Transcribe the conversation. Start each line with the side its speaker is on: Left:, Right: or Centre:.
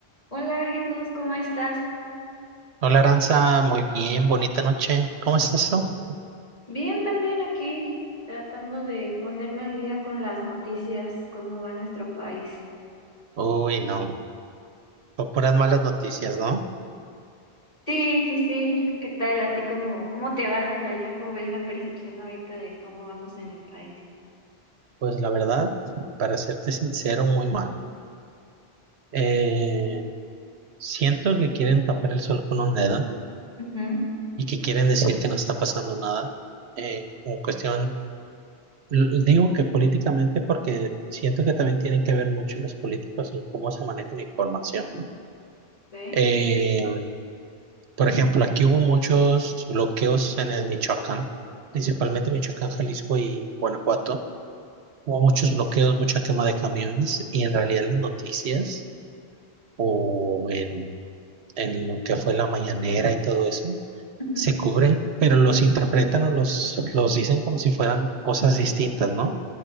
Left: Hola Jesús, ¿cómo estás?
Right: Hola Aranza, muy bien, bonita noche. ¿Cómo estás tú?
Left: Bien, también aquí tratando de ponerme al día con las noticias, cómo va nuestro país.
Right: Uy, no, no puras malas noticias, ¿no?
Left: Sí, sí, sí, ¿qué tal a ti? ¿Cómo, cómo te va desde allá? ¿Cómo ves la percepción ahorita de cómo vamos en el país?
Right: Pues la verdad, para serte sincero, muy mal. Eh, siento que quieren tapar el sol con un dedo
Left: Ujú,
Right: y que quieren decir que no está pasando nada. Eh, en cuestión, l- digo que políticamente porque siento que también tienen que ver mucho los políticos en cómo se maneja la información.
Left: ¿Sí?
Right: Eh, por ejemplo, aquí hubo muchos bloqueos en el Michoacán, principalmente Michoacán, Jalisco y Guanajuato. Hubo muchos bloqueos, mucha quema de camiones y en realidad en las noticias o en, en lo que fue la mañanera y todo eso,
Left: ujú.
Right: se cubren, pero los interpretan o los, los dicen como si fueran cosas distintas, ¿no?